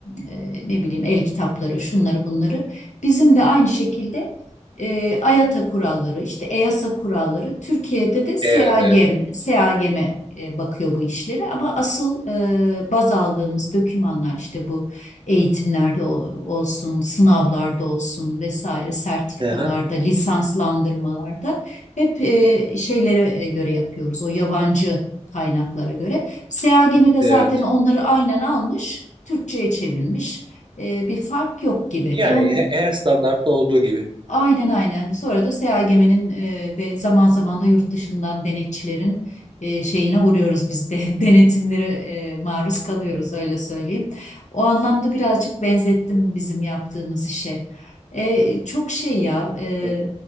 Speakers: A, on the left; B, on the right.
A: e, ne bileyim el kitapları şunları bunları. Bizim de aynı şekilde e, AYATA kuralları, işte EASA kuralları, Türkiye'de de SEAGEM,
B: evet, evet.
A: SEAGEM'e e, bakıyor bu işlere. Ama asıl e, baz aldığımız dokümanlar işte bu eğitimlerde o- olsun, sınavlarda olsun vesaire, sertifikalarda,
B: Aha,
A: lisanslandırmalarda hep e, şeylere e, göre yapıyoruz. O yabancı kaynaklara göre. SEAGEM'i de
B: evet.
A: zaten onları aynen almış, Türkçe'ye çevirmiş. E, bir fark yok gibi
B: Yani
A: ve onun
B: he- her standartta olduğu gibi.
A: Aynen aynen. Sonra da SEAGEM'in e, ve zaman zaman da yurt dışından denetçilerin e, şeyine uğruyoruz biz de. <laughs> Denetimlere e, maruz kalıyoruz öyle söyleyeyim. O anlamda birazcık benzettim bizim yaptığımız işe. E, çok şey ya e,
B: Dur,